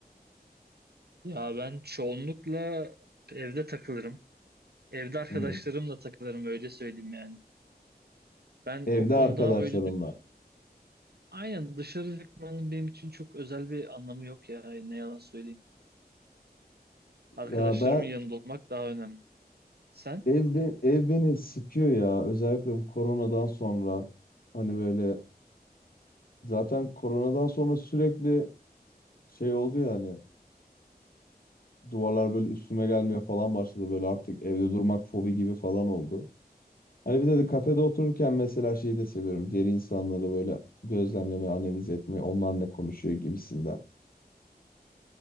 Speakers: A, on the right; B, on the left.
A: Ya ben çoğunlukla evde takılırım. Evde arkadaşlarımla
B: Hı hı.
A: takılırım öyle söyleyeyim yani. Ben
B: Evde
A: o konuda
B: arkadaşlarınla.
A: öyle düş Aynen dışarı çıkmanın benim için çok özel bir anlamı yok ya ne yalan söyleyeyim. Arkadaşlarımın
B: Ya ben
A: yanında olmak daha önemli. Sen?
B: ev, be- ev beni sıkıyor ya özellikle bu koronadan sonra hani böyle zaten koronadan sonra sürekli şey oldu ya hani duvarlar böyle üstüme gelmeye falan başladı böyle artık evde durmak fobi gibi falan oldu. Hani bir de, de kafede otururken mesela şeyi de seviyorum diğer insanları böyle gözlemlemeyi analiz etmeyi onlar ne konuşuyor gibisinden.